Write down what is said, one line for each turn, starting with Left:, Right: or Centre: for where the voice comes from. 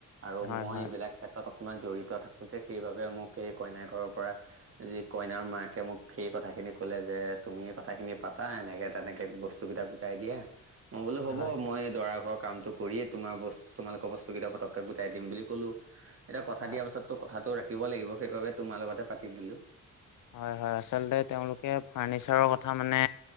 Right: আৰু
Left: হয়
Right: মই
Left: হয়
Right: এইবিলাক ক্ষেত্ৰত অকণমান জড়িত থাকোঁ যে সেইবাবে মোক এই কইনা ঘৰৰ পৰা যি কইনাৰ মাক কে মোক সেই কথাখিনি কলে যে তুমিয়ে কথাখিনি পাতা এনেকে তেনেকে বস্তু কেইটা গোটাই দিয়া। মই বোলো হ'ব
Left: হয়
Right: মই দৰা ঘৰৰ কামটো কৰিয়েই তোমাৰ বস্তু তোমালোকৰ বস্তুকেইটা পককৈ গোটাই দিম বুলি ক'লোঁ এতিয়া কথা
Left: হয়।
Right: দিয়াৰ পাছত তো কথাটো ৰাখিব লাগিব সেইবাবে তোমাৰ লগতে পাতি দিলো।
Left: হয় হয় আচলতে তেওঁলোকে ফাৰ্নিচাৰৰ কথা মানে